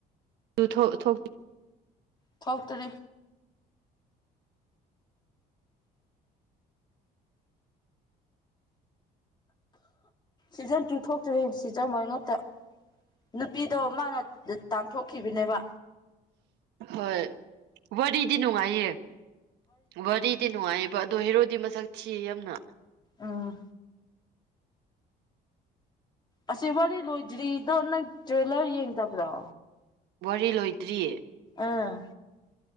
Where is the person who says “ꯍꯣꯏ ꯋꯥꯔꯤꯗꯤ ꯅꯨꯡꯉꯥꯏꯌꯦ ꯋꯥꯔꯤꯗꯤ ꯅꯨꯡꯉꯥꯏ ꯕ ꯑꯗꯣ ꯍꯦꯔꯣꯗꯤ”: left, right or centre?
Right